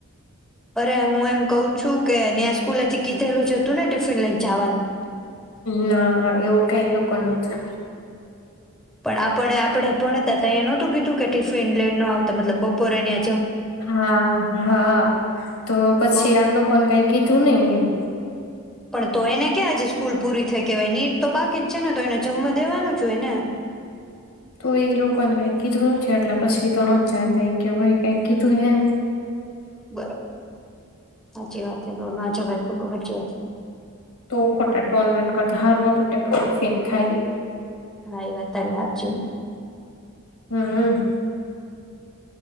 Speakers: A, in the centre; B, on the left.
A: અરે હું એમ કહ છું કે ત્યાં સ્કૂલેથી કીધેલું જતું ને ટિફિન લઈને જવાનું.
B: ના એવું કઈ લોકો નહોતું.
A: પણ આપણે આપડે ભણતા નું કીધું કે ટિફિન લઈ નો આવતા. મતલબ બપોરેની
B: હા હા તો પછી
A: તો
B: આ લોકોને કઈ કીધું નઈ એમ.
A: પણ તો એને ક્યાં છે સ્કૂલ પૂરી થઈ કેવાય નીટ તો બાકી જ છે ને તો એને જમવા દેવાનું છું એને.
B: તો એ લોકોને કઈ કીધું નથી એટલે પછી તો ન જાતા એ કે ભ કઈ કીધું હ
A: બરાબર, સાચી વાત છે રોના જ ભય કુટુંબ જવા.
B: તો ખોટા ટોન બન કરતા હારવા પટ્ટયા પટ ફેન ખાઈ
A: હા એ વાત ત્યારે હાચી.
B: હમ.